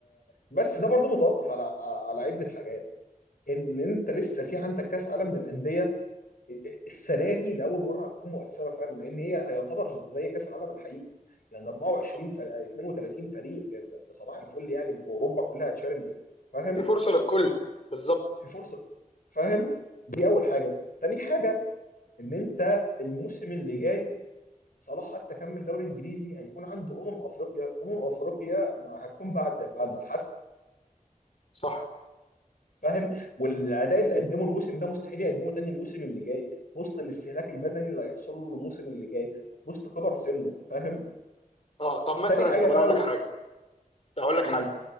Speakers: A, on the left; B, on the left.
A: بس ده برضو متوقف على على عده حاجات ان انت لسه في عندك كاس عالم للانديه السنه دي لاول مره هتكون مؤثره فعلا لان هي يعتبر زي كاس العالم الحقيقي يعني 24
B: اه
A: فريق 32 فريق ب- ب- بصباح الفل يعني باوروبا كلها هتشارك بيه فاهم
B: في فرصه للكل بالظبط
A: في فرصه فاهم دي اول حاجه تاني حاجه ان انت الموسم اللي جاي صلاح حتى كمل دوري انجليزي هيكون عنده امم افريقيا امم افريقيا ما هتكون بعد بعد الحسم
B: صح
A: فاهم والاداء اللي قدمه الموسم ده مستحيل يقدمه تاني الموسم اللي جاي في وسط الاستهلاك البدني اللي هيحصل له الموسم اللي جاي وفي وسط كبر سنه فاهم
B: اه طب مثلا
A: تاني حاجه
B: طب
A: بقى
B: انا اقول لك
A: و...
B: حاجه اقول لك
A: مم.
B: حاجه